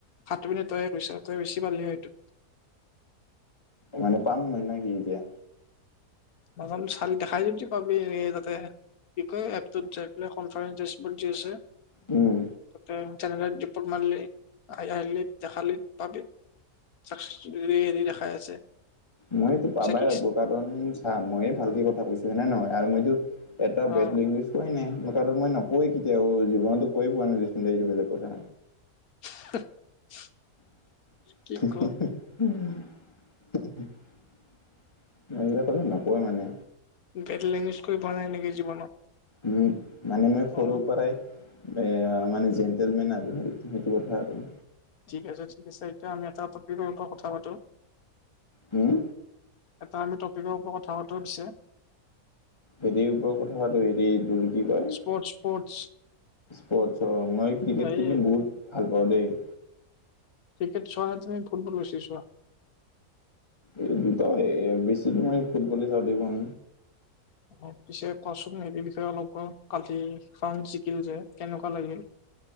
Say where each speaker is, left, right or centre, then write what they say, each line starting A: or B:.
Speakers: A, on the left; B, on the left.
A: সাত মিনিট তয়ে কৈছা, তই বেছি পালি সেইটো।
B: মানে পাম নহ নে কি এতিয়া।
A: নাজানোঁ চালি দেখাই যদি পাবি এই তাতে। কি কয় এপটোত যাই পেলাই কনফাৰেঞ্চ দিচ বৰ্ড যে আছে।
B: উম।
A: <inaudible> জেনেৰেল ৰিপৰ্ট মাৰলি আহ, আহলি দেখালি পাবি। <inaudible> হেৰি দেখাই আছে।
B: মইতো পাবাই
A: চাকিচ
B: লাগবো কাৰণ চা ময়ে ভালকে কথা কৈছো হৈনে নহয় আৰু মইতো এটা
A: অ
B: বেটলিংগুজ। কোৱাই নাই, নকওঁৱেই কেতিয়াও। জীৱনতো কৈয়ে পোৱা নাই দেচোন। দেন, এইটো বেলেগ কথা।
A: <unintelligible>
B: <unintelligible>
A: কি ক
B: মই এইবিলাক কথা নকওঁ, মানে।
A: বেট লেংগুৱেজ কয় পোৱা নাই নেকি জীৱনত?
B: উম, মানে মই সৰুৰ
A: অ
B: পৰাই। এয়া, মানে জেন্টেলমেন, আৰু তুমিটো বহুত ভাল, আৰু।
A: ঠিক আছে, ঠিক আছে। এতিয়া আমি এটা টপিকৰ ওপৰত কথা পাতোঁ।
B: উম।
A: এটা আমি টপিকৰ ওপৰত কথা পাতোঁ, পিছে।
B: হেৰিৰ ওপৰত কথা পাতোঁ। হেৰি, এইটো কি কয়?
A: Sports, sports.
B: পটছৰ মই ক্ৰিকেট
A: এই
B: কিন্তু বহুত ভাল পাওঁ দেই।
A: ক্ৰিকেট চোৱা নে তুমি ফুটবল বেছি চোৱা?
B: এই দুটা ইয়াত বেছিতো নাই। ফুটবলে চাওঁ দেখোন।
A: মোক পিছে কচোন, হেৰি, এই বিষয়ে অলপ কোৱা। কালি ফ্ৰান্স জিকিল যে, কেনেকুৱা লাগিল?